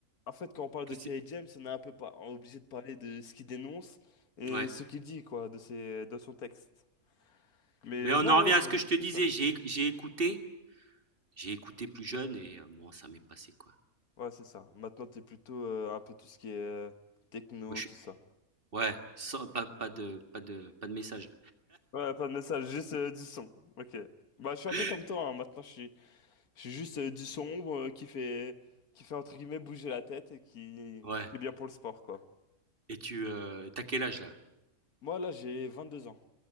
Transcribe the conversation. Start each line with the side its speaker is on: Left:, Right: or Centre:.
Left: En fait, quand on parle
Right: Que
Left: de Kerry
Right: c'est
Left: James, on est un peu pas obligé de parler de ce qu'il dénonce et
Right: ouais.
Left: ce qu'il dit, quoi, de ses, de son texte. Mais
Right: Mais
Left: euh,
Right: on
Left: non,
Right: en revient
Left: ouais, c'est
Right: à ce que je
Left: c'est
Right: te disais,
Left: ça.
Right: j'ai j'ai écouté j'ai écouté plus jeune et heu, bon ça m'est passé quoi.
Left: Ouais, c'est ça. Maintenant, t'es plutôt euh, un peu tout ce qui est euh, techno,
Right: Moi je
Left: tout
Right: suis
Left: ça.
Right: ouais, sans pas pas de pas de pas de message.
Left: Ouais, pas de message, juste euh, du son. Ok. Bah, je suis
Right: <gasps>
Left: un peu comme toi, hein. Maintenant, je suis, je suis juste euh, du sombre euh, qui fait, qui fait, entre guillemets, bouger la tête et qui,
Right: <laughs> Ouais.
Left: qui est bien pour le sport, quoi.
Right: Et tu euh, t'as quel âge là?
Left: Moi, là, j'ai 22 ans.